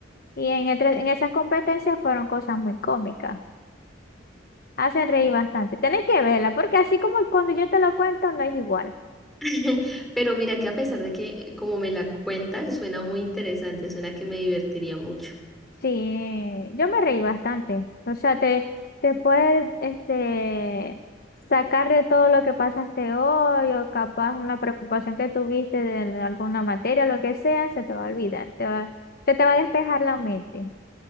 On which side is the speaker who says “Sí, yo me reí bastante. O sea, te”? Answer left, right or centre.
Left